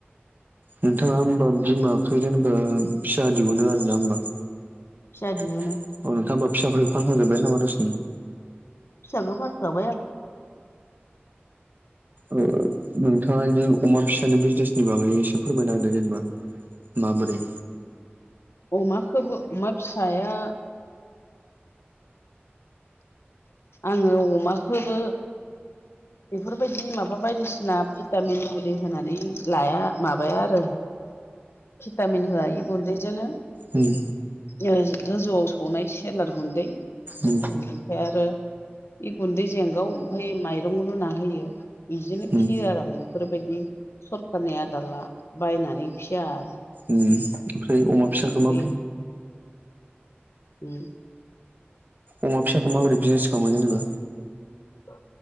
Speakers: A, on the right; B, on the left.
A: नोंथाङा होमबा बिमा खै जेनेबा फिसा दिहुनो आरो ना होमबा
B: फिसा
A: अ
B: दिहुनो
A: नोंथाङा होमबा फिसाफोरखौ फानफां जोबबाय नामा दसेनो
B: फिसाखौ फानखांबाय आं
A: अ मोन नोंथाङा एसे अमा फिसानि बिजनेसनि बागै एसे फोरमायना होदो जेनेबा माबोरै
B: अमाखौबो अमा फिसाया आङो अमाखौबो बेफोरबायदि माबा बायदिसिना भिटामिन गुलि होनानै लाया माबाया आरो फितमिन होआयो गुनदैजोंनो
A: उम
B: ओ गोजौआव सौनाय सेेलार गुन्दै
A: उम
B: बेनिफ्राय आरो बे गुन्दै जेंगाव ओमफफ्राय माइरं रुना होयो बिजोंनो
A: उम
B: फियो आरो आं बेफोरबायदि सरखारनि आदारला बायनानै फिया आरो
A: उम ओमफ्राय अमा
B: ओमफ्राय
A: फिसाखौ मा
B: ओम
A: अमा फिसाखौ माबोरदि बिजनेस खालामो जेनेबा?
B: औ